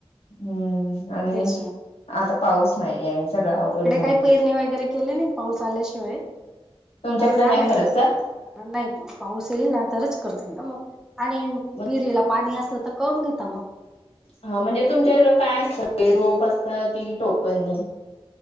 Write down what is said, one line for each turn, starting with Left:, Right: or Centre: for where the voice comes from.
Left: हम्म आणि
Centre: तेच ना
Left: आता पाऊस नाही आहे सगळं अवघड
Centre: इकडे
Left: झालंय
Centre: काही पैरणी वगैरे केले नाही पाऊस आल्याशिवाय
Left: तुमच्याकडे
Centre: करणार नाही
Left: करत
Centre: लोक
Left: का?
Centre: नाही पाऊस येईल ना तरच करतील ना मग आणि
Left: मग
Centre: विहिरीला पाणी असलं तर करून घेता मग <unintelligible>
Left: हा म्हणजे तुमच्याक काय असतं रोप असत ती टोकनी